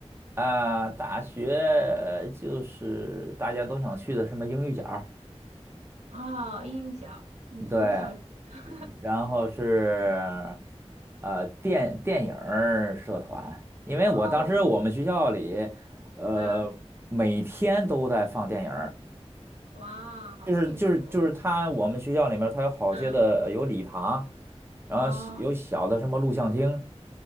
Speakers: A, on the right (about 20°); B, on the right (about 85°).
A: 啊。大学就是大家都想去的什么英语角。
B: 哦，音小，你从小，
A: 对，
B: <laughs>
A: 然后是呃电电影儿社团，因为我当时我们学校里，
B: 哦，
A: 呃每天都在放电影儿，
B: 嗯，哇，好幸福啊，
A: 就是就是就是他我们学校里面他有好些的有礼堂，
B: 嗯，
A: 然后小有小的什么录像厅，
B: 哦。